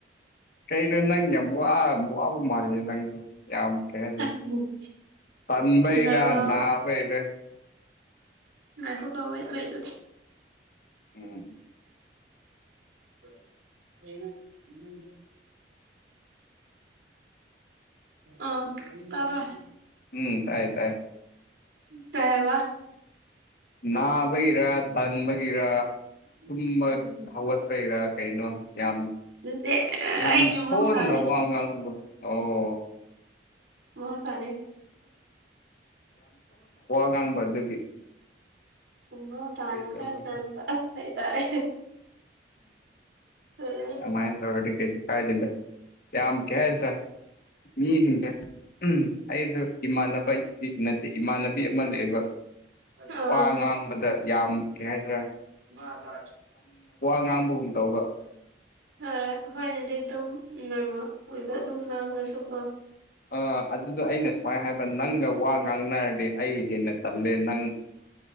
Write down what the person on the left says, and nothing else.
ꯀꯩꯅꯣ ꯅꯪ ꯌꯥꯝ ꯋꯥ ꯋꯥꯕ ꯃꯥꯥꯜꯂꯦ ꯅꯪꯖꯨ ꯌꯥꯝ ꯀꯩ ꯍꯥꯏꯗꯣꯏꯅꯣ
ꯇꯟꯕꯩꯔꯥ
ꯅꯥꯕꯩꯔꯥ
ꯎꯝ
ꯎꯝ ꯇꯥꯏ ꯇꯥꯏ
ꯅꯥꯕꯒꯤꯔ ꯇꯟꯕꯒꯤꯔ
ꯇꯨꯝꯕ ꯍꯧꯒꯠꯄꯩꯔꯥ ꯀꯩꯅꯣ ꯌꯥꯝ
ꯌꯥꯝ
ꯁꯣꯟꯅ
ꯋꯥ ꯉꯥꯡꯕ ꯑꯣ
ꯉꯥꯡꯕꯗꯒꯤ
ꯇꯧꯕ
ꯎꯝꯥꯏꯟ ꯊꯧꯒ ꯀꯩꯁꯨ ꯀꯥꯏꯗꯗ ꯌꯥ ꯀꯌꯥ ꯍꯥꯏꯁ ꯇ ꯃꯤꯁꯤꯡꯁ ꯎꯝ ꯑꯩ ꯏꯃꯥꯟꯅꯕ ꯅꯠꯇꯦ ꯏꯃꯥꯟꯅꯕꯤ ꯑꯃ ꯂꯩꯕ
ꯋꯥ ꯉꯥꯡꯕꯗ ꯌꯥꯝ ꯀꯩ ꯍꯥꯏꯁꯤꯔꯦ
ꯉꯥꯡꯕꯒꯨꯝ ꯇꯧꯕ
ꯑ ꯑꯗꯨꯗꯣ ꯑꯩꯅ ꯁꯨꯃꯥꯏꯅ ꯍꯥꯏꯕ ꯅꯪꯒ ꯋꯥ ꯉꯥꯡꯅꯔꯗꯤ ꯑꯩ ꯍꯦꯟꯅ ꯇꯜꯂꯦ ꯅꯪ